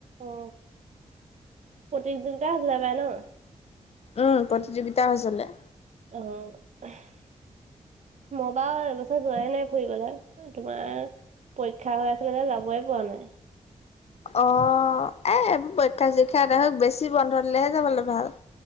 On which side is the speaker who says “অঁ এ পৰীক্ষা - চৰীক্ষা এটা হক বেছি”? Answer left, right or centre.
Left